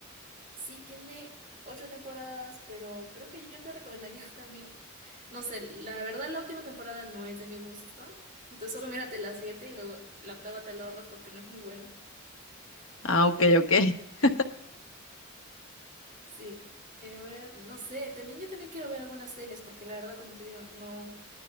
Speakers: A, on the right (about 40°); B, on the left (about 75°).
A: Sí, tiene ocho temporadas, pero creo que yo te recomendaría <laughs> también. No sé, la verdad la última temporada no es de mi gusto. Entonces solo mírate las siete y luego la octava te la ahorras porque no es muy buena.
B: Ah, ok, ok. <laughs>
A: Sí. Eh, a ver, no sé, también yo también quiero ver algunas series porque la verdad, como te digo, no.